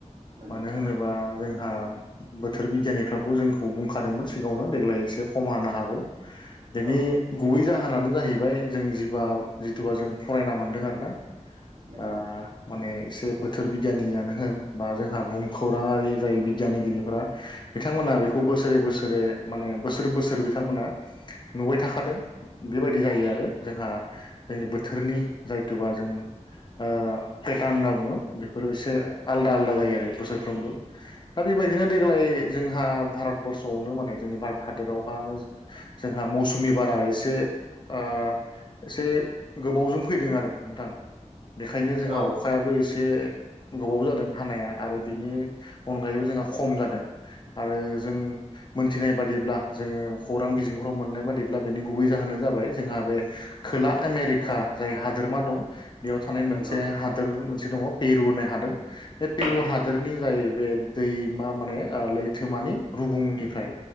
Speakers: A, on the right; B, on the left.
A: नंगौ
B: मानो होनोबा जोंहा बोथोर बिगियाननिफ्राबो जोंखौ बुंखादोंमोन सिगाङनो देग्लाय एसे खम हानो हागौ बेनि
A: औ
B: गुबै जाहोनानो जाहैबाय जों जिबा जिथुुबा जों फरायना मोनदों आरोना
A: नंगौ
B: आ माने एसे बोथोर बिगियानियानो होन बा जोंहा बुहुम खौरांआरि जाय बिगियानगिरिफोरा बिथांमोनहा
A: नंगौ
B: बेखौ बोसोरे बोसोरे माने बोसोर बिथांमोना नुबाय थाखादों बेबायदि जायो आरो जोंहा बेनि बोथोरनि जायथुबा जों ओ पेटार्न होनना बुङो बेफोरो एसे आलदा आलदा जायो आरो बोसोरफ्रोमबो दा बेबायदिनो देग्लाय जोंहा भारतबर्सआवनो माने जोंनि भारत हादरावहा जोंहा मौसुमि बारा एसे ओ एसे गोबावजों फैदों आरो नोंथां बेखायनो जोंहा
A: औ
B: अखायाबो एसे गोबावबो जादों हानाया आरो बेनि अनगायैबो जोंहा खम जादों आरो जों मोनथिनाय बादिब्ला जोङो खौरां बि जिंहराव मोननाय बादिब्ला बेनि गुबै जाहोनानो जाबाय जोंहा बे खोला आमेरिका जाय हादोरमा दं बेयाव थानाय
A: नंगौ
B: मोनसे हादोर मोनसे दङ पेरु होननाय हादोर बे पेरु
A: नंगौ
B: हादोरनि जाय बे दैमा ओ माने लैथोमानि रुुबुंनिफ्राय